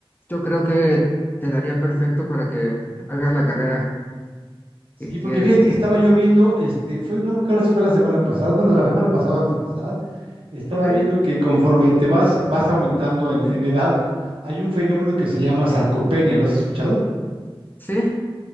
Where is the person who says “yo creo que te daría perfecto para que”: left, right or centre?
Left